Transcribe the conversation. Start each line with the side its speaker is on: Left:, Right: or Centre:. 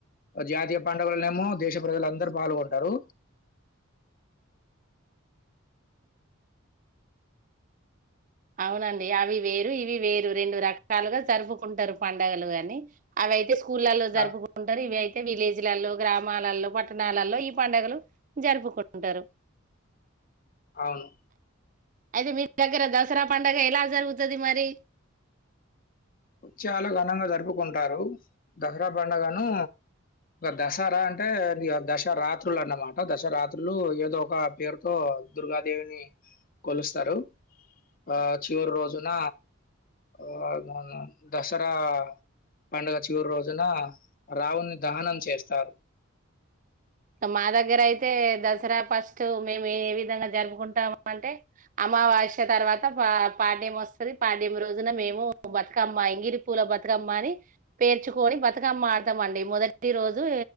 Left: జాతీయ పండుగలనేమో దేశ ప్రజలందరూ పాల్గొంటారు.
Right: అవునండి అవి వేరు ఇవి వేరు రెండు రకాలుగా జరుపుకుంటారు. పడుగలు గాని అవి అయితే స్కూల్ స్కూళ్లలో జరుపుకుంటారు
Left: ఆ
Right: ఇవి అయితే విలేజ్ కు విలేజల్లో గ్రామాలల్లో, పట్టణాలలో ఈ పండుగలు జరుపుకుంటాంటారు.
Left: అవును
Right: అయితే మీ దగ్గర దసరా పండగ ఎలా జరుగుతది మరి
Left: చాలా ఘనంగా జరుపుకుంటారు దసరా పండుగను దసరా అంటే అది దశరా రాత్రులు అన్నమాట దశరాత్రులు ఏదో ఒక పేరుతో దుర్గాదేవిని కొలుస్తారు ఆ చివరి రోజున ఆ దసరా పండుగ చివరి రోజున రావణుని దహనం చేస్తారు.
Right: మా దగ్గర అయితే దసరా ఫస్ట్ మేము ఏ విధంగా జరుపుకుంటాం అంటే అమావాస్య తర్వాత పా పాడ్యం వస్తది. పాడ్యం రోజున మేము బతుకమ్మ ఎంగిలి పూల బతుకమ్మ అని పేర్చుకొని బతుకమ్మ ఆడతాము అండి మొదటి రోజు.